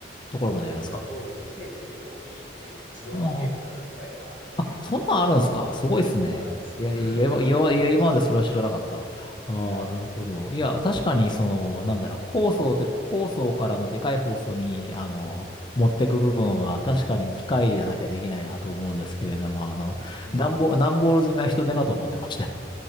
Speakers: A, on the left (about 25°); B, on the right (about 45°).
A: ところまでやるんですか
B: そうですね。段ボールにテープでこうビーって自動でテープ貼る機械もあるんで、
A: ああ、そんなんあるんですかすごいっすね。
B: そうなんですよ。
A: いや、
B: <laughs>
A: いや、今いや、いや、今までそれは知らなかった。ああ、
B: はい。
A: なるほど。いや、確かに、その、なんだろう、放送って、放送からのでかい放送に、あの、持ってく部分は、
B: うん。
A: 確かに機械じゃなきゃできないなと思うんですけれども、あの、
B: うん。
A: 段ボ、段ボール詰めは人手かと思ってましたよ。